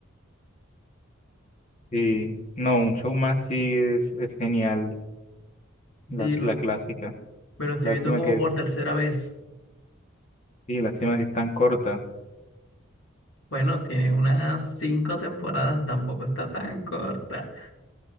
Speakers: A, on the left; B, on the left.
A: Sí. No, un show más sí es, es genial. La,
B: sí, lo,
A: la clásica.
B: me lo estoy
A: Lástima
B: viendo como
A: que es,
B: por tercera vez.
A: sí, lástima que es tan corta.
B: Bueno, tiene unas cinco temporadas, tampoco está tan corta.